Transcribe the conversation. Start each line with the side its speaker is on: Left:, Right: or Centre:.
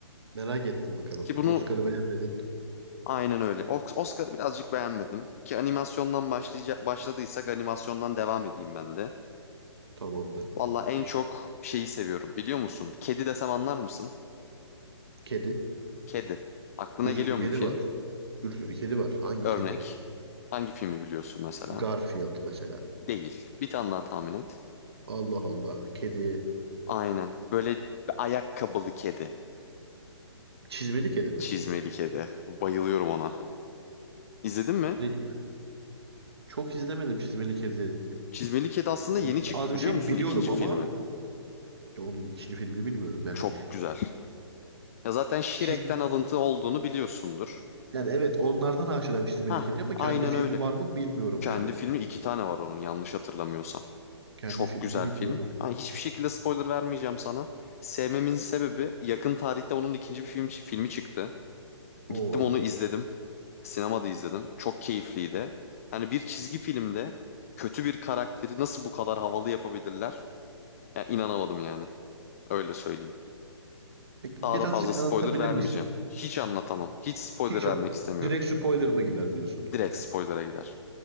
Right: Merak ettim bakalım.
Left: Ki bunu
Right: Oscar'ı beğenmedin.
Left: aynen öyle. Os- Oscar'ı birazcık beğenmedim. Ki animasyondan başlayacak başladıysak animasyondan devam edeyim ben de.
Right: Tamamdır.
Left: Valla en çok şeyi seviyorum biliyor musun? Kedi desem anlar mısın?
Right: Kedi.
Left: Kedi. Aklına
Right: Bir
Left: geliyor
Right: sürü kedi
Left: mu bir film?
Right: var. Bir sürü kedi var. Hangi
Left: Örnek.
Right: kedi?
Left: Hangi filmi biliyorsun mesela?
Right: Garfield mesela.
Left: Değil. Bir tane daha tahmin et.
Right: Allah Allah. Kedi.
Left: Aynen. Böyle bir ayakkabılı kedi.
Right: Çizmeli kedi mi?
Left: Çizmeli kedi. Bayılıyorum ona. İzledin mi?
Right: Ne- Çok izlemedim çizmeli kedi.
Left: Çizmeli kedi aslında
Right: Yani
Left: yeni çıktı
Right: az bir
Left: biliyor
Right: şey
Left: musun?
Right: biliyorum
Left: İkinci
Right: ama
Left: filmi.
Right: ya onun ikinci filmini bilmiyorum yani.
Left: Çok güzel. Ya zaten Shrek'ten
Right: Çiz...
Left: alıntı olduğunu biliyorsundur.
Right: Yani evet onlardan aşinayım çizmeli
Left: Ha,
Right: kedi ama
Left: aynen
Right: kendi filmi
Left: öyle.
Right: var mı bilmiyorum
Left: Kendi
Right: yani.
Left: filmi iki tane var onun yanlış hatırlamıyorsam.
Right: Kendi
Left: Çok
Right: filmini
Left: güzel
Right: bilmiyorum.
Left: film. Ama hiçbir şekilde spoiler vermeyeceğim sana. Sevmemin sebebi yakın tarihte onun ikinci bir film, filmi çıktı.
Right: Oo.
Left: Gittim onu izledim. Sinemada izledim. Çok keyifliydi. Hani bir çizgi filmde kötü bir karakteri nasıl bu kadar havalı yapabilirler? Ya inanamadım yani. Öyle söyleyeyim.
Right: Peki
Left: Daha
Right: birazcık
Left: da fazla spoiler
Right: anlatabilir
Left: vermeyeceğim.
Right: misin?
Left: Hiç anlatamam. Hiç spoiler
Right: Hiç
Left: vermek
Right: o.
Left: istemiyorum.
Right: Direkt spoiler mı gider diyorsun?
Left: Direkt spoilera gider.